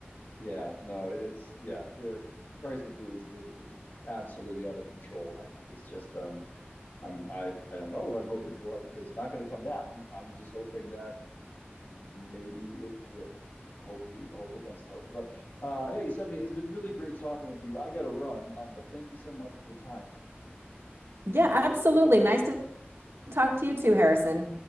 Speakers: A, on the left; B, on the right.
A: Yeah, no, it's yeah, the price of food is, is is absolutely out of control, and I think it's just um I'm I I don't know what I'm hoping for because it's not going to come down. I'm just hoping that maybe it will. Hope hope against hope. But uh hey, Stephanie, it's been really great talking with you. I got to run, um, but thank you so much for the time.
B: Yeah, absolutely. Nice to talk to you too, Harrison.